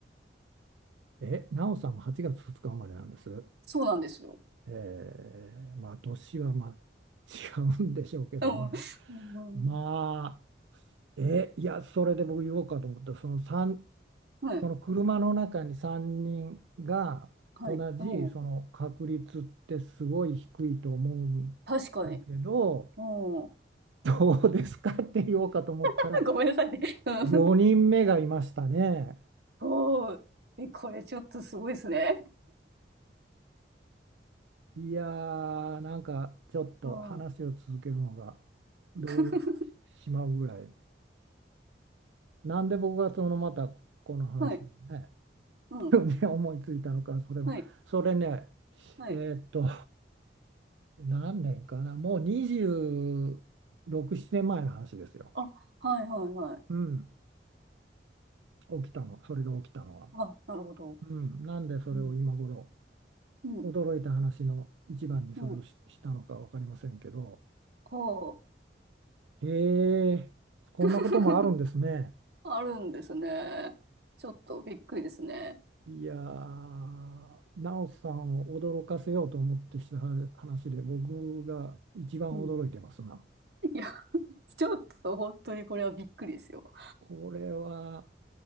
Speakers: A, on the right; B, on the right.
A: え、ナオさんも8月2日生まれなんです。
B: そうなんですよ。
A: えーまあ、年はまあ違うんでしょうけどね。
B: うん。うん。
A: まあ、
B: うん
A: え、いや、それで僕言おうかと思った、その3、
B: はい。
A: その車の中に3人が同じその確率ってすごい低いと思うん
B: はい。うん。確かに。
A: だけど
B: うん。
A: どうですかって言おうかと思ったら
B: <laughs> ごめんなさいね。うん。
A: 4人目がいましたね。
B: おー。え、これちょっとすごいですね。
A: いやーなんかちょっと話を続けるのが
B: うん。うん。
A: 動揺してしまうぐらい
B: <laughs>
A: なんで僕がそのまたこの話をね
B: はい。うん。
A: <laughs> 思いついたのかそれもそれね
B: はい。はい。
A: えーっと何年かな、もう26、7年前の話ですよ。
B: あ、はい、はい、はい。
A: うん、起きたの、それが起きたのは。
B: あ、なるほど。
A: うん、なんでそれを今頃、
B: うん。うん。
A: 驚いた話の一番にそれをし、
B: うん。
A: したのか分かりませんけど、
B: ほう。
A: へえ、こんなこともあるんですね。
B: <laughs> あるんですね。ちょっとびっくりですね。
A: いやー、ナオさんを驚かせようと思ってした話で、僕が一番驚いてますな。
B: うん。<laughs> いや、ちょっと本当にこれはびっくりですよ。
A: これは、